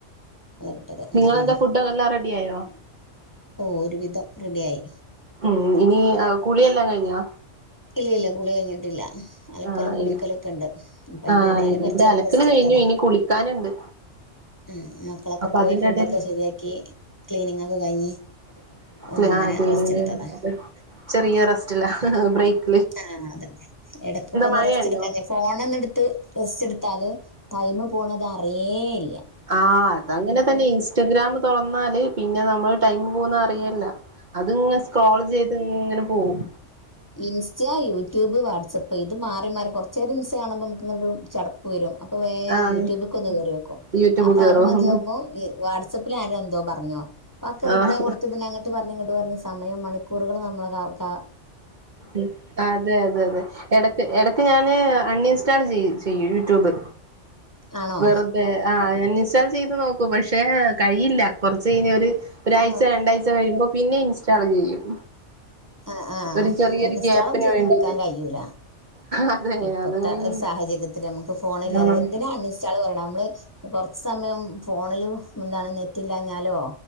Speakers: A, on the left; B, on the right.
A: മൂളകിട്ടത്
B: നിങ്ങളെന്താ
A: ഉം ഉം
B: ഫുഡൊക്കെ എല്ലാം റെഡി ആയോ
A: ഓഹ് ഒരുവിധം റെഡിയായി
B: ഉം ഇനി അഹ് കുളിയെല്ലാംകഴിഞ്ഞോ?
A: ഇല്ല ഇല്ല കുളികഴിഞ്ഞിട്ടില്ല. അലക്കലും
B: ആഹ്
A: കുളിക്കലും
B: ഇനി
A: ഒക്കെണ്ട് അപ്പൊതിന്റെ
B: ആഹ്
A: എടേല് കൊർച്ചെരം
B: എന്റെ അലക്കല്
A: റെസ്റ്റ് എടുത്തതാ.
B: കഴിഞ്ഞു ഇനി കുളിക്കാനുണ്ട്
A: ഉം മക്കളൊക്കെപോയി
B: അപ്പൊ അതിന്റെ
A: ഫുഡോക്കെ
B: ഇടയിൽ
A: ശരിയാക്കി ക്ലീനിങ്ങൊക്കെ കഴിഞ്ഞ്
B: <unintelligible>
A: ഒന്നിങ്ങനെ
B: ക്ളീനിംഗ്
A: റെസ്റ്റ് എടുത്തതാ
B: ചെറിയ റസ്റ്റ്‌ല്ലബ്രേക്ക്
A: ആഹ് അതെ എടക്കൊക്കന്ന്
B: മഴയുണ്ടോ
A: റെസ്റ്റ്എടുക്കാഞ ഫോണെന്ന്ടുത്ത് റെസ്റ്റ്ട്ത്താല് ടൈമ് പോണതറീയേല്ല
B: ആഹ് അതങ്ങനെതന്നെ ഇൻസ്റ്റഗ്രാം തുറന്നാല് പിന്നെനമ്മൾ ടൈംപോവുന്ന ഫ്രീയല്ല അത്ങ്ങെനെ സ്ക്രോൾ ചെയ്ത്ഇങ്ങനെ പോവും
A: ഇൻസ്റ്റാ യൂ ട്യൂബ് വാട്സപ്പ് ഇത് മാറിമാറി കൊർചേരം ഇൻസണുമ്പോ മ്മുക്ക്നരു ചടപ്പ് വരും അപ്പൊവേം
B: ആഹ്
A: യൂട്യൂബക്കൊന്ന് കേറിയൊക്കും
B: യൂട്യൂബ്
A: അപ്പൊഅഹ്
B: കേറും
A: മതിയാവുമ്പോ ഇ വാട് സാപ്പിലരോന്തോ പറഞ്ഞോ പ്പഒക്കെ റിപ്ലൈകൊടുത്ത്
B: ആഹ്
A: പിന്നെ അങ്ങട്ട്പറഞ്ഞിങ്ങട്ട്പറഞ് സ മയം മണിക്കൂറുകള് മ്മള് കാ കാ
B: തെ അതെ അതെ അതെ എടക്ക് എടക്ക് ഞാന് അൺഇൻസ്റ്റാൾ ചെയ ചെയ്യുയൂട്യൂബ്
A: ആണോ
B: വെറുതെ ആഹ് അൺസ്റ്റാൽ ചെയ്ത് നോക്കൂ പക്ഷ് ക്ഷേ കഴിയില്ല കുറച്ച് കഴിഞ്ഞൊരു ഒരാഴ്ച
A: ആ
B: രണ്ടാഴ്ച കഴിയുമ്പോപിന്നെ ഇൻ സ്റ്റാള് ചെയ്യും
A: ആഹ് ആഹ്
B: ഒരു ചെറിയൊരു
A: അൺ ഇൻസ്റ്റാളൊന്നും
B: ഗ്യാപ്പിന്
A: ചെയ്ത്
B: വേണ്ടിട്ട്
A: നിക്കാൻ കഴിയൂല
B: അതെ
A: ഇപ്പത്തെ
B: അത് കഴിയില്ല
A: ഒരു സാഹചര്യത്തില് നമുക്ക് ഫോണില്ലാതെ
B: ആഹ്
A: എന്തിനാ അൺ ഇൻസ്റ്റാള് പറയണ നമ്മള് പൊറ സമയം ഫോണില് എന്താണ് നെറ്റില്ലാഞ്ഞാലോ